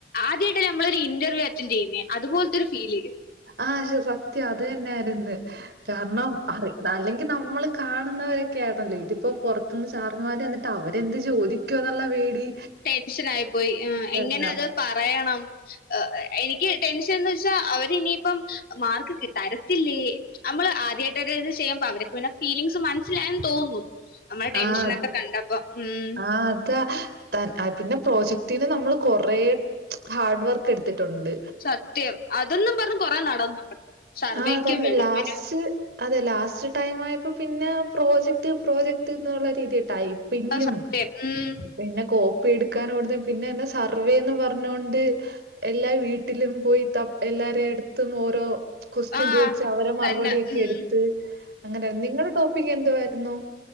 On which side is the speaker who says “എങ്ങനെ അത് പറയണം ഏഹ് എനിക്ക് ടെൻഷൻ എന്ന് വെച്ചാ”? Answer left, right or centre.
Left